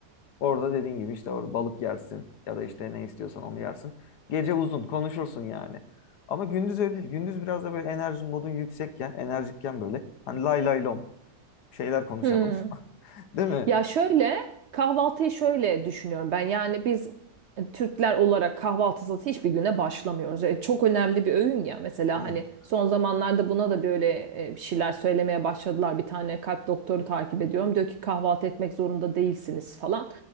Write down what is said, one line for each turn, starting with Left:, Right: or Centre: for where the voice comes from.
Left: orada dediğin gibi işte orada balık yersin ya da işte ne istiyorsan onu yersin. Gece uzun konuşursun yani. Ama gündüz öyle değil. Gündüz biraz da böyle enerjin modun yüksekken, enerjikken böyle hani lay lay lom şeyler konuşalım.
Right: Hı.
Left: <laughs> Değil mi?
Right: Ya şöyle kahvaltıyı şöyle düşünüyorum ben. Yani biz e, Türkler olarak kahvaltısız hiçbir güne başlamıyoruz. E, çok önemli bir öğün ya. Mesela
Left: Evet.
Right: hani son zamanlarda buna da böyle e, bir şeyler söylemeye başladılar. Bir tane kalp doktoru takip ediyorum. Diyor ki kahvaltı etmek zorunda değilsiniz falan.